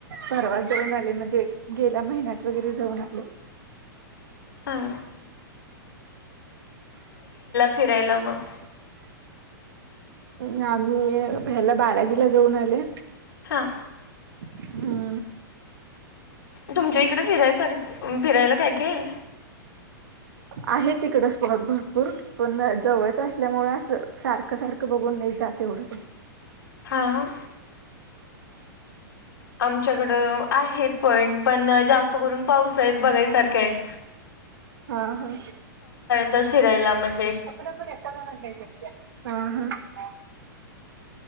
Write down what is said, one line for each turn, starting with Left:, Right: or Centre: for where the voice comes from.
Right: परवा जाऊन आले म्हणजे गेल्या महिन्यात वगैरे जाऊन आले.
Left: हा. फिरायला मग
Right: ् आम्ही अ ह्याला बालाजीला जाऊन आले.
Left: हा.
Right: हा.
Left: तुमच्या इकडे फिरायसारख अम् फिरायला काय काय?
Right: आहेत तिकड स्पॉट भरपूर पण जवळच असल्यामुळे अस सारखं सारखं बघून नाही. त्यात एवढं काय?
Left: हा आ आम च्याकड आहेत पॉईंट पण जास्त करून पावसाळ्यात बघायसारख्या आहेत.
Right: हा ह.
Left: च फिरायला मज
Right: पापुजपू एकटा जाऊन आणलाय हा पेपस्या हा हा.